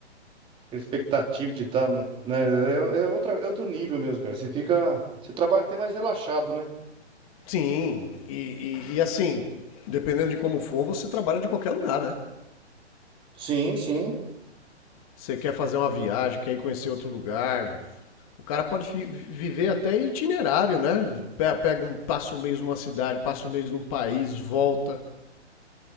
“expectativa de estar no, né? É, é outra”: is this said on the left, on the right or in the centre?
Right